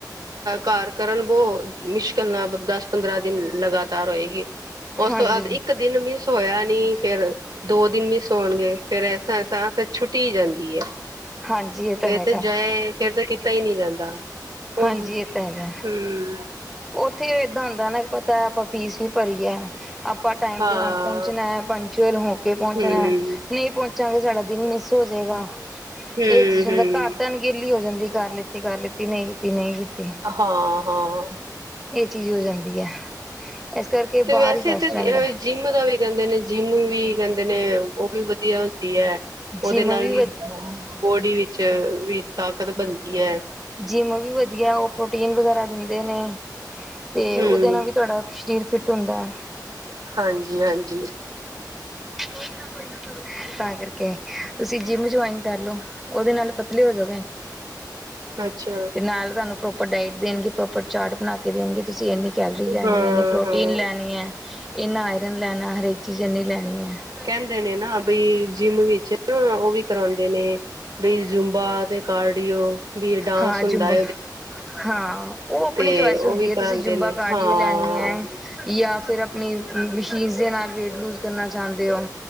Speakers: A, on the right (about 70°); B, in the centre.
A: ਘਰ ਕਰਨ ਬਹੋ ਮੁਸ਼ਕਿਲ ਨਾਲ ਦਸ ਪੰਦਰਾਂ ਦਿਨ ਲਗਾਤਾਰ ਹੋਏਗੀ। ਉਸ
B: ਹਾਂਜੀ,
A: ਤੋਂ ਬਾਅਦ ਇੱਕ ਦਿਨ ਮਿਸ ਹੋਇਆ ਨੀ ਫੇਰ ਦੋ ਦਿਨ ਮਿਸ ਹੋਣਗੇ ਫੇਰ ਐਸਾ-ਐਸਾ ਫਿਰ ਛੁੱਟੀ ਹੀ ਜਾਂਦੀ ਐ।
B: ਹਾਂਜੀ। ਇਹ ਤਾਂ
A: ਫੇਰ
B: ਹੈਗਾ।
A: ਤੇ ਜਾਏ, ਫੇਰ ਤੇ ਕੀਤਾ ਹੀ ਨਹੀਂ ਜਾਂਦਾ। ਉਹ
B: ਹਾਂਜੀ ਇਹ ਤਾਂ ਹੈਗਾ
A: ਹੰ
B: ਉੱਥੇ ਏਦਾਂ ਹੁੰਦਾ ਨਾ ਪਤਾ, ਆਪਾਂ ਫੀਸ ਵੀ ਭਰੀ ਐ। ਆਪਾਂ ਟਾਈਮ
A: ਹਾਂ
B: ਦੇ ਨਾਲ ਪਹੁੰਚਣਾ ਪੰਚੁਅਲ ਹੋ ਕੇ ਪਹੁੰਚਣਾ।
A: ਹਮ
B: ਨਹੀਂ ਪਹੁੰਚਾਂਗੇ ਸਾਡਾ ਦਿਨ ਮਿਸ ਹੋ ਜਾਏਗਾ,
A: ਹਮ
B: ਇਹ ਚੀਜ਼ ਹੁੰਦਾ।
A: ਹਮ
B: ਘਰ ਤਾਂ ਨੀ ਗਿੱਲੀ ਹੋ ਜਾਂਦੀ। ਕਰ ਲਿੱਤੀ, ਕਰ ਲਿੱਤੀ, ਨਹੀਂ ਕੀਤੀ, ਨਹੀਂ ਕੀਤੀ।
A: ਹਾਂ-ਹਾਂ।
B: ਇਹ ਚੀਜ਼ ਹੋ ਜਾਂਦੀ ਹੈ, ਇਸ ਕਰਕੇ
A: ਤੇ
B: ਬਾਹਰ
A: ਵੈਸੇ
B: ਹੀ ਵੈਸਟ
A: ਤੇ
B: ਰਹਿੰਦਾ।
A: ਜਿੰਮ ਦਾ ਵੀ ਕਹਿੰਦੇ ਨੇ ਜਿੰਮ ਵੀ ਕਹਿੰਦੇ ਨੇ ਉਹ ਵੀ ਵਧੀਆ ਹੁੰਦੀ ਹੈ। ਉਹਦੇ
B: ਜਿੰਮ
A: ਨਾਲ ਵੀ
B: ਵ
A: ਬੋਡੀ ਵਿੱਚ ਵੀ ਤਾਕਤ ਬਣਦੀ ਐ।
B: ਜਿੰਮ ਵੀ ਵਧੀਆ, ਉਹ ਪ੍ਰੋਟੀਨ ਵਗੈਰਾ ਦਿੰਦੇ ਨੇ ਤੇ
A: ਹੂੰ
B: ਉਹਦੇ ਨਾਲ ਵੀ ਤੁਹਾਡਾ ਸਰੀਰ ਫਿੱਟ ਹੁੰਦਾ ਏ।
A: ਹਾਂਜੀ-ਹਾਂਜੀ।
B: ਕੋਈ ਨਾ, ਕੋਈ ਨਾ। ਤਾਂ ਕਰਕੇ ਤੁਸੀਂ ਜਿੰਮ ਜੁਆਇਨ ਕਰਲੋ, ਉਹਦੇ ਨਾਲ ਪਤਲੇ ਹੋ ਜੋਗੇ।
A: <inaudible> ਅੱਛਾ
B: ਤੇ ਨਾਲ ਤੁਹਾਨੂੰ ਪ੍ਰੋਪਰ ਡਾਇਟ ਦੇਣਗੇ, ਪ੍ਰੋਪਰ ਚਾਰਟ ਬਣਾ ਕੇ ਦੇਣਗੇ, ਤੁਸੀਂ ਇੰਨੀ ਕੈਲਰੀ ਲੈਣੀ
A: ਹਾਂ
B: ਇੰਨੀ ਪ੍ਰੋਟੀਨ
A: ਹਾਂ
B: ਲੈਣੀ ਹੈ ਇੰਨਾ ਆਇਰਨ ਲੈਣਾ ਹਰੇਕ ਚੀਜ਼ ਇਨੀ ਲੈਣੀ ਹੈ। ਪ
A: ਕਹਿੰਦੇ ਨੇ ਨਾ ਬਈ ਜਿੰਮ ਵਿੱਚ ਨਾ ਉਹ ਵੀ ਕਰਾਉਦੇ ਨੇ। ਬਈ ਜੂੰਬਾ ਤੇ ਕਾਰਡੀਓ ਵੀ ਡਾਂਸ
B: ਹਾਂ
A: ਹੁੰਦਾ
B: ਜੁੰਬਾ ਹਾਂ, ਉਹ ਆਪਣੀ
A: ਤੇ
B: ਚੋਆਇਸ
A: ਉਹ
B: ਹੁੰਦੀ
A: ਵੀ
B: ਹੈ
A: ਕਰਾਉਂਦੇ
B: ਤੁਸੀਂ ਜਿੰਬਾ
A: ਨੇ
B: ਕਾਰਡੀਓ
A: ਹਾਂ
B: ਲੈਣੀ ਹੈ। ਜਾਂ ਫਿਰ ਆਪਣੀ ਮਸ਼ੀਨਜ਼ ਦੇ ਨਾਲ ਲੂਜ ਕਰਨਾ ਚਾਹੁੰਦੇ ਹੋ,